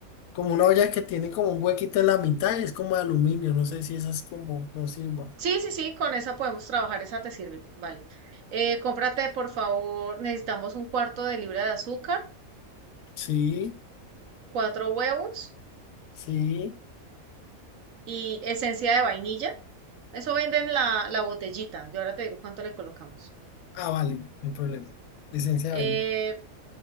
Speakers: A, on the left (about 80°); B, on the right (about 70°).
A: como una olla que tiene como un huequito en la mitad, es como de aluminio, no sé si esa es como, no sirva.
B: Sí, sí, sí, con esa podemos trabajar, esa te sirve. Vale. Eh, cómprate, por favor, necesitamos un cuarto de libra de azúcar,
A: Sí,
B: cuatro huevos
A: sí.
B: y esencia de vainilla. Eso venden la, la botellita. Yo ahora te digo cuánto le colocamos.
A: Ah, vale, no hay problema. Licencia de
B: Eh,
A: vaina.